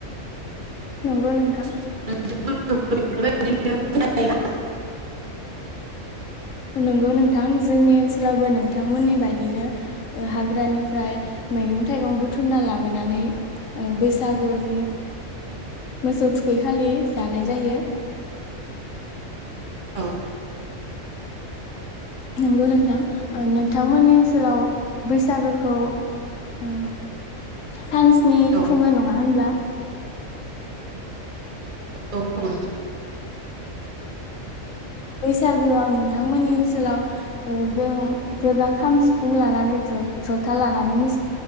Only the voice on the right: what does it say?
<unintelligible> <unintelligible>
औ
औ
औ खुंङो